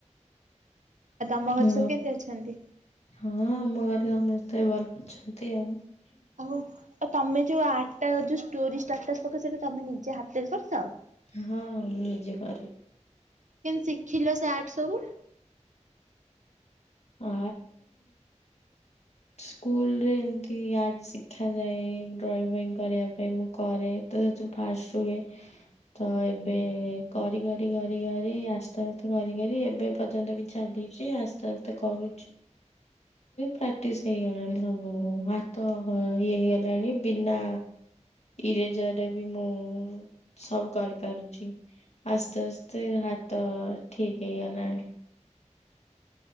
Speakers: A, on the right (about 80°); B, on the left (about 60°).
A: ଆଉ ତମ ଘରେ
B: ହଁ
A: ସବୁ କେମିତି ଅଛନ୍ତି?
B: ହଁ ଆମର। ସମସ୍ତେ ଭଲ ଅଛନ୍ତି ଆଉ।
A: ଆଉ ଆଉ ତମେୋଉ ଆର୍ଟଟା ଯେଉଁ ଷ୍ଟୋରି ଷ୍ଟାଟସ୍ ପକ ସେଇଟା ତମେ ନିଜେ ହାତରେ କରିଚ ଆଉ।
B: ହଁ ମୁଁ ନିଜ କରିବି
A: କେମତି ଶିଖିଲ ସେ ଆର୍ଟ ସବୁ।
B: ଆ ସ୍କୁଲ ରେ ଏମତି ଆର୍ଟ ଶିଖାାଯାଏ ଡ୍ରଇଂ କରିବା ପାଇଁ ମୁଁ କରେ ତ ଫାଷ୍ଟ ରୁଏ ତ ଏବେ କରି କରି କରି କରି ଆସ୍ତେ ଆସ୍ତେ କରି କରି ଏବେ ପର୍ଯ୍ୟନ୍ତ ବି ଚାଲିଛି ଆସ୍ତେ ଆସ୍ତେ କରୁଛୁ। ପ୍ରାକ୍ଟିସ ହେଇଗଲାଣି ସବୁ ହାତ ଇଏ ହେଇଗଲାଣି ବିନା। ଇରେଜରେ ବି ମୁଁ ସବୁ କରିପାରୁଛି ଆସ୍ତେ ଆସ୍ତେ ହା ତ ଠିକ୍ ହେଇ ଗଲାଣି